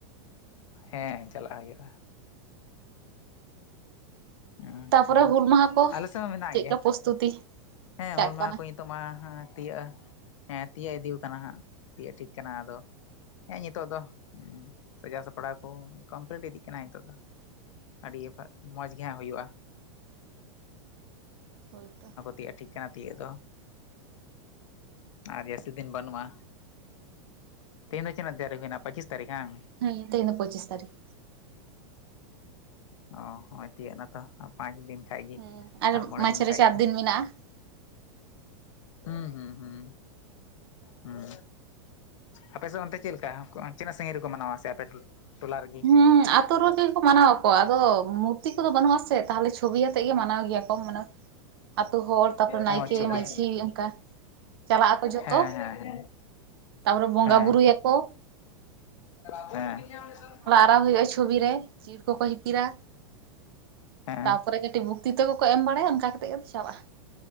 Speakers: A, on the left; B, on the right.
A: ᱦᱮᱸ ᱪᱟᱞᱟᱜ ᱦᱩᱭᱩᱜᱼᱟ ᱦᱸ
B: ᱛᱟᱯᱚᱨᱮ
A: ᱦᱮᱸ
B: ᱦᱩᱞ ᱢᱟᱦᱟ ᱠᱚ
A: ᱟᱞ ᱥᱮ ᱦᱚᱸ ᱢᱮᱱᱟᱜ
B: ᱪᱮᱫᱠᱟ
A: ᱜᱮᱭᱟ
B: ᱯᱨᱚᱥᱛᱩᱛᱤ
A: ᱦᱮᱸ
B: ᱪᱟᱜ
A: ᱦᱩᱞ ᱢᱟᱦᱟ
B: ᱠᱟᱱᱟ
A: ᱠᱚ ᱱᱤᱛᱚᱜ ᱢᱟ ᱛᱤᱭᱟᱹᱜᱼᱟ ᱦᱮᱸ ᱦᱮᱸ ᱛᱤᱭᱟᱹᱜ ᱤᱫᱤ ᱠᱟᱱᱟ ᱦᱟᱸᱜ ᱛᱤᱭ ᱮ ᱴᱷᱤᱠ ᱠᱟᱱᱟ ᱟᱫᱚ ᱦᱮᱸ ᱱᱤᱛᱚᱜ ᱫᱚ ᱦ ᱥᱟᱡᱟᱣ ᱥᱟᱯᱲᱟᱣ ᱠᱚ ᱠᱚᱢᱯᱞᱤᱴ ᱤᱫᱤᱜ ᱠᱟᱱᱟ ᱱᱤᱛᱚᱜ ᱫᱚ ᱟᱹᱰᱤ ᱢᱚᱡᱽ ᱜᱮᱦᱟᱸᱜ ᱦᱩᱭᱩᱜᱼᱟ
B: ᱦᱳᱭ ᱛᱚ
A: ᱤᱭᱼᱟ ᱴᱷᱤᱠ ᱠᱟᱱᱟ ᱛᱤᱭᱳᱜ ᱫᱚ ᱟᱨ ᱡᱟᱹᱥᱛᱤ ᱫᱤᱱ ᱵᱟᱹᱱᱩᱜᱼᱟ ᱛᱮᱦᱧ ᱫᱚ ᱪᱤᱱᱟᱹᱜ ᱛᱟᱨᱤᱜ ᱦᱩᱭᱮᱱᱟ ᱯᱚᱸᱪᱤᱥ ᱛᱟᱨᱤᱠᱷ ᱦᱟᱝ
B: ᱦᱮᱸ ᱛᱮᱦᱮᱧ ᱫᱚ ᱯᱚᱸᱪᱤᱥ ᱛᱟᱹᱨᱤᱠᱷ
A: ᱚ ᱦᱚᱸ ᱛᱤᱭᱟᱹᱜ ᱮᱱᱟᱛᱚ ᱟ ᱯᱟᱸᱪ ᱫᱤᱱ ᱠᱷᱟᱡ ᱜᱮ
B: ᱦᱮᱸ
A: ᱟᱨ ᱢᱚᱬᱮ
B: ᱢᱟᱡᱷᱮᱨᱮ
A: ᱫᱤᱱ ᱠᱷᱟ
B: ᱪᱟᱨ
A: ᱜᱮ
B: ᱢᱮᱱᱟᱜᱼᱟ
A: ᱦᱩᱸ ᱦᱩᱸ ᱦᱩᱸ ᱦᱮᱸ ᱟᱯᱮ ᱥᱮᱫ ᱚᱱᱛᱮ ᱪᱮᱫᱞᱮᱠᱟ ᱛᱤᱱᱟᱹᱜ ᱥᱟᱺᱜᱤᱧ ᱨᱮᱠᱚ ᱢᱟᱱᱟᱣᱟ ᱥᱮᱮ ᱟᱯᱮ ᱴᱚᱞᱟ ᱨᱮᱜᱮ
B: ᱦᱩᱸ ᱟᱛᱳ ᱨᱮᱜᱮ ᱠᱚ ᱢᱟᱱᱟᱣᱟᱚᱣᱟᱠᱚ ᱟᱫᱚ ᱢᱩᱛᱤ ᱠᱚᱫᱚ ᱵᱟᱹᱱᱩᱜ ᱟᱥᱮ ᱛᱟᱦᱚᱞᱮ ᱪᱷᱚᱵᱤ ᱟᱛᱮᱜ ᱜᱮ ᱢᱟᱱᱟᱣ ᱜᱮᱭᱟ ᱠᱚᱢ ᱢᱟᱱᱮ ᱟᱹᱛᱩᱳ ᱦᱚᱲ ᱛᱟᱨᱯᱚᱨᱮ ᱱᱟᱭᱠᱮ
A: ᱚ ᱪᱚᱵᱵᱤᱥ
B: ᱢᱟᱺᱡᱷᱤ ᱚᱱᱠᱟ ᱪᱟᱞᱟᱜ ᱟᱠᱚ ᱡᱚᱛᱚ
A: ᱦᱮᱸ ᱦᱮᱸ ᱦᱮᱸ
B: ᱛᱟᱨᱯᱚᱨᱮ ᱵᱚᱸᱜᱟ
A: ᱦᱮᱸ
B: ᱵᱨᱭᱟᱠᱚ
A: <unintelligible>
B: ᱨᱟᱣ ᱦᱩᱭᱩᱜᱼᱟ ᱪᱷᱚᱵᱤ ᱨᱮ ᱪᱤᱲ ᱠᱚᱠᱚ ᱦᱤᱯᱤᱨᱟ
A: ᱦᱮᱸ ᱦᱮᱸ
B: ᱛᱟᱯᱚᱨᱮ ᱠᱟᱹᱴᱤᱡ ᱵᱩᱠ ᱛᱤ ᱛᱟ ᱠᱚ ᱮᱢ ᱵᱟᱲᱟᱭᱟ ᱚᱱᱠᱟ ᱠᱟᱛᱮ ᱜᱮᱠᱚ ᱪᱟᱵᱟᱜᱼᱟ